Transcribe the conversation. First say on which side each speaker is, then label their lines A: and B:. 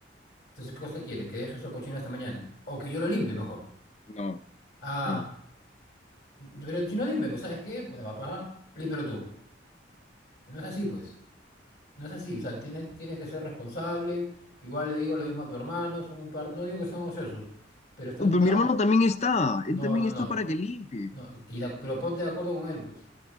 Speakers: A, on the left; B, on the left.
A: Entonces, ¿qué cosa quieres? ¿Que deje eso cochino hasta mañana? O que yo lo limpie mejor.
B: no,
A: Ah,
B: no.
A: pero si no dime, pues, ¿sabes qué? Pues, papá, límpialo tú. No es así, pues. No es así, o sea, tienes, tienes que ser responsable. Igual le digo lo mismo a tu hermano, son un par, no digo que sean ociosos, pero están
B: Uh, pero
A: tan...
B: mi hermano también está, él
A: No,
B: también
A: no,
B: está
A: no,
B: para que limpie.
A: no, y da- pero ponte de acuerdo con él, pues.